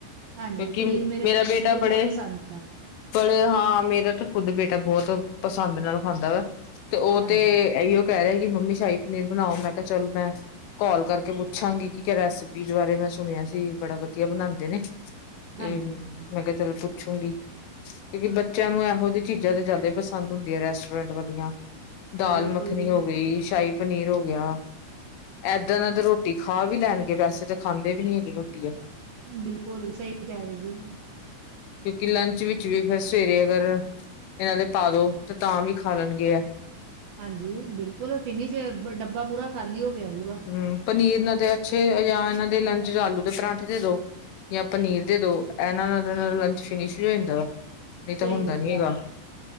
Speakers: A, on the right; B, on the left.
A: ਹਾਂਜੀ
B: ਕਿਉਂਕਿ
A: ਪਨੀਰ ਮੇਰੇ
B: ਮੇਰਾ
A: ਬੇਟੇ
B: ਬੇਟਾ
A: ਨੂੰ ਵੀ
B: ਬੜੇ
A: ਬਹੁਤ ਪਸੰਦ
B: ਪਰ ਹਾਂ ਮੇਰਾ ਤਾਂ ਖੁੱਦ ਬੇਟਾ ਬੋਤ ਪਸੰਦ ਨਾਲ ਖਾਂਦਾ ਵਾ। ਤੇ ਉਹ
A: ਹਾਂਜੀ,
B: ਤੇ ਇਹੀਓ ਕਹਿ ਰਿਹਾ ਕਿ ਮੰਮੀ ਸ਼ਾਹੀ ਪਨੀਰ ਬਨਾਓ ਮੈਂ ਕਿਆ ਚੱਲ ਮੈਂ ਕਾਲ ਕਰਕੇ ਪੁੱਛਾਂਗੀ ਕਿ ਰੈਸਪੀਸ ਬਾਰੇ ਮੈਂ ਸੁਨਿਆ ਸੀ ਬੜਾ ਵਧੀਆ ਬਨਾਂਦੇ ਨੇ। <unintelligible> <unintelligible>
A: ਹਾਂਜੀ
B: ਪੁੱਛੂਗੀ ਕਿਉਂਕਿ ਬੱਚੇਆਂ ਨੂੰ ਇਹੋ ਜਿਹੀ ਚੀਜ਼ਾਂ ਤੇ ਜੈਦਾ ਈ ਪਸੰਦ ਹੁੰਦੀਆਂ ਰੈਸਟੋਰੈਂਟ ਵਾਲੀਆਂ। ਦਾਲ
A: ਬਿਲਕੁਲ
B: ਮੱਖਨੀ
A: ਜੀ,
B: ਹੋ ਗਈ ਸ਼ਾਹੀ ਪਨੀਰ ਹੋ ਗਿਆ। ਏਦਾਂ ਨਾ ਤਾਂ ਰੋਟੀ ਖਾ ਵੀ ਲੈਨਗੇ ਵੈਸੇ ਤੇ ਖਾਂਦੇ ਵੀ ਨੀ ਹੈਗੇ ਰੋਟੀ ਐ।
A: ਬਿਲਕੁਲ ਸਹੀ ਕਹਿ ਰਹੇ ਜੀ।
B: ਕਿਉਂਕਿ ਲੰਚ ਵਿੱਚ ਵੀ ਫੇਰ ਸਵੇਰੇ ਅਗਰ ਇਹਨਾਂ ਦੇ ਪਾ ਦੋ ਤੇ ਤਾਂ ਵੀ ਖਾ ਲੈਨਗੇ ਏ।
A: ਹਾਂਜੀ ਬਿਲਕੁਲ ਫਿਨਿਸ਼ ਡੱਬਾ ਪੂਰਾ ਖਾਲੀ ਹੋ ਕੇ ਆਊਗਾ।
B: ਹੁ ਪਨੀਰ ਨਾਲ ਤੇ ਅੱਛੇ ਯਾ ਇਹਨਾਂ ਦੇ ਲੰਚ ਚ ਆਲੂ ਦੇ ਪਰਾਂਠੇ ਦੇ ਦੋ। ਯਾ ਪਨੀਰ ਦੇ ਦੋ ਇਹਨਾਂ ਨਾਲ ਤਾਂ ਇਹਨਾਂ ਦਾ ਲੰਚ ਫਿਨਿਸ਼ ਵੀ ਹੋ ਜਾਂਦਾ ਵਾ। ਨਹੀਂ ਤਾਂ
A: ਸਹੀ
B: ਹੁੰਦਾ
A: ਗੱਲ
B: ਨੀ
A: ਆ
B: ਹੈਗਾ।